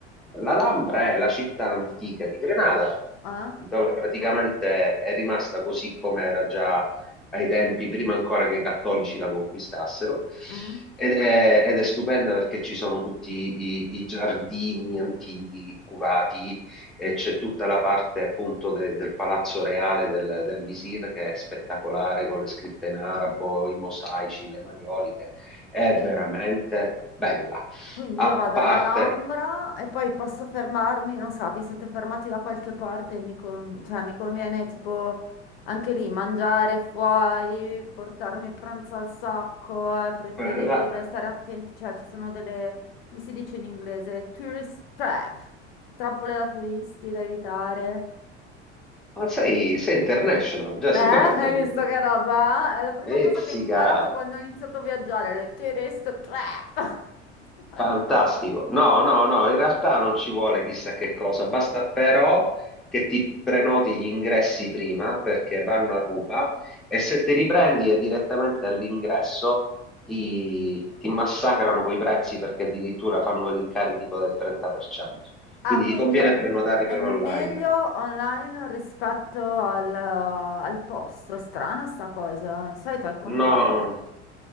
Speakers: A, in the centre; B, on the left (about 55°).
A: L'Alhambra è la città antica di Grenada,
B: Eh?
A: dove praticamente è rimasta così come era già ai tempi, prima ancora che i cattolici la conquistassero.
B: Mm?
A: Ed è, ed è stupenda perché ci sono tutti i, i giardini antichi curati e c'è tutta la parte appunto de- del palazzo reale del, del visir che è spettacolare con le scritte in arabo, i mosaici, le maioliche, è
B: Quindi-
A: veramente bella.
B: Quindi
A: A
B: io vado
A: parte
B: all'Alhambra e poi posso fermarmi, non so, vi siete fermati da qualche parte, mi, con- cioè, mi conviene tipo anche lì mangiare fuori, portarmi il pranzo al sacco, è preferibile
A: per la...
B: stare attenti, cioè ci sono delle, mi si dice in inglese, tourist trap, trappole da turisti da evitare.
A: Ma sei, sei international, già
B: Eh,
A: sei pronta
B: <laughs> hai
A: quindi.
B: visto che roba? È la prima
A: Ezzica!
B: cosa che ho imparato quando ho iniziato a viaggiare, le tourist trap. <laughs>
A: Fantastico. No, no, no, in realtà non ci vuole chissà che cosa, basta però che ti prenoti gli ingressi prima perché vanno a ruba e se te li prendi è direttamente all'ingresso ti, ti massacrano quei prezzi perché addirittura fanno rincari tipo del 30%.
B: Ah,
A: Quindi
B: quindi
A: ti conviene
B: è,
A: prenotarli
B: è
A: per
B: meglio
A: online.
B: online rispetto al, al posto. È strana sta cosa, eh. di solito è il contrario.
A: No,